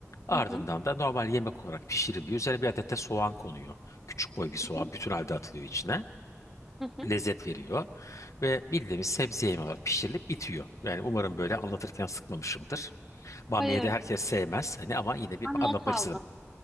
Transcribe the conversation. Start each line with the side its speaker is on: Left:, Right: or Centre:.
Left: Ardından
Centre: hı
Left: da normal yemek olarak pişiriliyor. Üzerine bir adet de soğan konuyor. Küçük boy bir soğan
Centre: hı,
Left: bütün halde atılıyor içine
Centre: hı hı.
Left: lezzet veriyor. Ve bildiğimiz sebze yemeği olarak pişirilip bitiyor. Yani umarım böyle anlatırken sıkmamışımdır. Bamya'yı
Centre: Hayır,
Left: da herkes sevmez hani ama yine bir
Centre: ben
Left: anlatmak
Centre: not aldım.
Left: istedim.